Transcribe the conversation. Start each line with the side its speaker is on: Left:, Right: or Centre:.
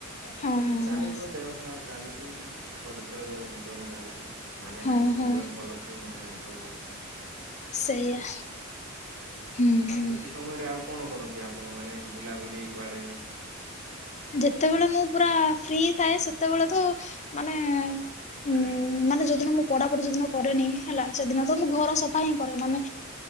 Right: ତାକୁ
Left: ହଁ ହଁ
Right: ଚାଲିଥିବ
Left: ହଁ।
Right: ଦେହ ଖରାପ୍ ଚାଲିଚି ସୁଖ ଦୁଃଖରେ ତ ଜୀବନ ଚାଲିଚି। ମାନେ
Left: ହଁ
Right: ନାହିଁ ଯେ ସବୁବେଳେ
Left: ହଁ
Right: ଭଲଥିବ, ମାନେ ନାଇଁ ସବୁବେଳେ ଖରାପ୍।
Left: ସେଇଆ। ହୁଁ
Right: ଆଉ
Left: ହୁଁ
Right: ଛୁଟି ସମୟରେ ଆଉ କଣ କରନ୍ତି ଆପଣ ମାନେ ବୁଲାବୁଲି କୁଆଡେ।
Left: ଯେତେବେଳେ ମୁଁ ପୁରା ଫ୍ରି ଥାଏ ସେତେବେଳେ ତ ମାନେ
Right: <unintelligible>
Left: ଉଁ ମାନେ ଯୋଉଦିନ ମୁଁ ପଢାପଢି ଯୋଉଦିନ କରେନି ହେଲା ସେଦିନତ ମୁଁ
Right: ଆଚ୍ଛା
Left: ଘର ସଫାହିଁ କରେ ମାନେ